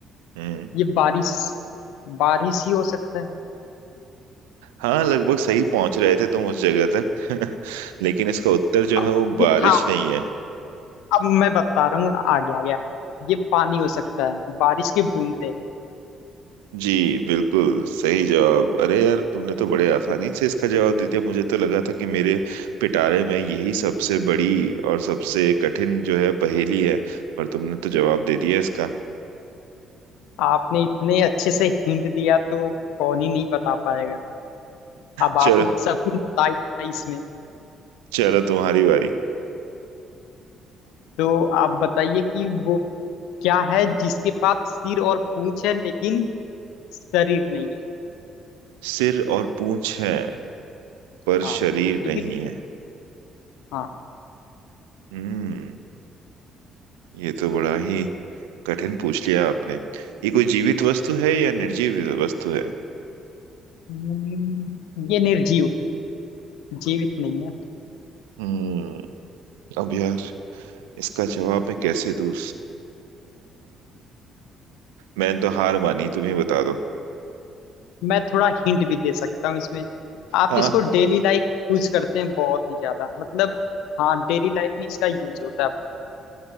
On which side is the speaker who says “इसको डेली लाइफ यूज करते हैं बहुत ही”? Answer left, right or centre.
Left